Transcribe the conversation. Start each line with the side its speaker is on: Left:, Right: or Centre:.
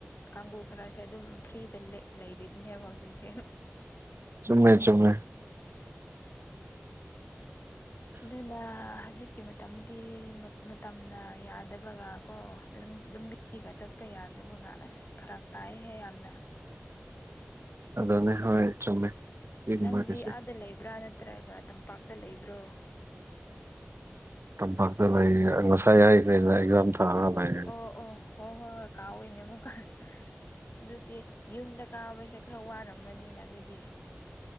Left: ꯀꯥꯡꯒꯨ ꯈꯔꯁꯦ ꯑꯗꯨꯝ ꯐ꯭ꯔꯤꯗ ꯂꯩ ꯂꯩꯔꯤꯕꯅꯦꯕ ꯍꯧꯖꯤꯛꯁꯦ
Right: ꯆꯨꯝꯃꯦ ꯆꯨꯝꯃꯦ
Left: ꯑꯗꯨꯅ ꯍꯧꯖꯤꯛ ꯀꯤ ꯃꯇꯝꯗꯤ ꯃꯇꯝꯅ ꯌꯥꯗꯕꯒ ꯀꯣ ꯂꯝ ꯂꯝꯕꯤꯒ ꯆꯠꯄ ꯌꯥꯟ ꯌꯗꯕꯒ ꯑꯁ ꯐꯔꯥꯛ ꯇꯥꯏꯍꯦ ꯌꯥꯝꯅ
Right: ꯑꯗꯨꯅꯦ ꯍꫭꯏ ꯆꯨꯝꯃꯦ ꯁꯤꯒꯨꯝꯕꯒꯤꯁꯦ
Left: ꯅꯪꯗꯤ ꯑꯥꯗ ꯂꯩꯕ꯭ꯔꯥ ꯅꯠꯇ꯭ꯔꯒ ꯇꯝꯄꯥꯛꯇ ꯂꯩꯕ꯭ꯔꯣ
Right: ꯇꯝꯄꯥꯛꯇ ꯂꯩꯌ‌ꯦ ꯉꯁꯥꯏ ꯍꯥꯏꯈ꯭ꯔꯦꯗ ꯑꯦꯛꯖꯥꯝ ꯊꯥꯔ ꯂꯩ
Left: ꯑꯣ ꯑꯣ ꯍꯣ ꯍꫭ ꯍꯣꯏ ꯍꯣꯏ ꯀꯥꯎꯋꯤꯏꯅꯦ ꯑꯃꯨꯛꯀ ꯑꯗꯨꯗꯤ ꯌꯨꯝꯗ ꯀꯥꯕꯁꯦ ꯈꯔ ꯋꯥꯔꯝꯃꯅꯤꯅ ꯑꯗꯨꯗꯤ